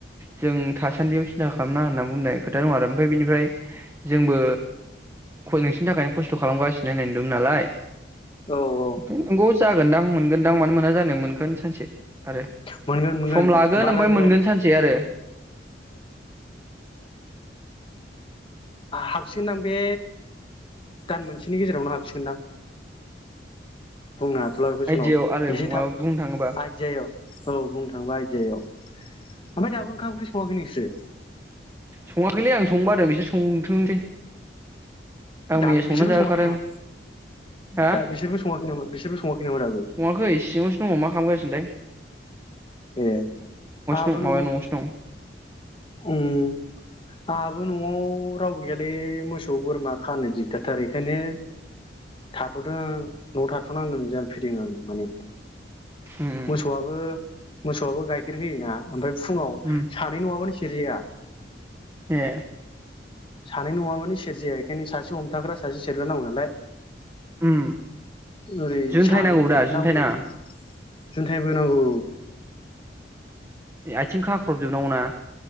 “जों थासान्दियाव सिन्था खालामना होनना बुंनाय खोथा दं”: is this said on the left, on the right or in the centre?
Right